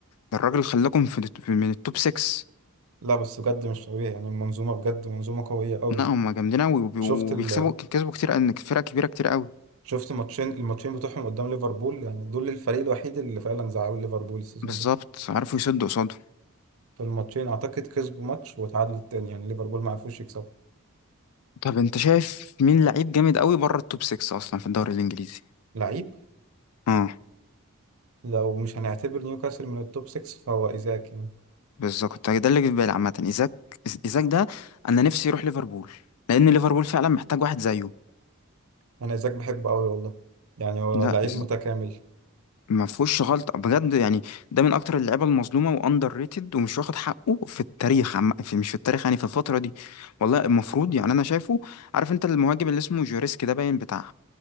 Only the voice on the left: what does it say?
ده الراجل خلاكم في الت- في- من التوب 6
لا هم جامدين قوي وبي-
وبيكسبوا
كسبوا كتير ان فرق كبيره كتير قوي
بالظبط
عارفوا يسدوا قصاده
طب انت شايف مين لعيب جامد قوي بره التوب 6 اصلا في الدوري الانجليزي
اه
بالظبط كنت ده اللي جه في بالي عامة ايزاك ايزاك ده انا نفسي يروح ليفربول لان ليفربول فعلا محتاج واحد زيه
لا
إز-
ما فيهوش غلطة بجد يعني ده من اكتر اللعيبة المظلومة واندر ريتد ومش واخد حقه في التاريخ عم... في مش في التاريخ يعني في الفترة دي والله المفروض يعني انا شايفه عارف انت المهاجم اللي اسمه جوريسك ده باين بتاع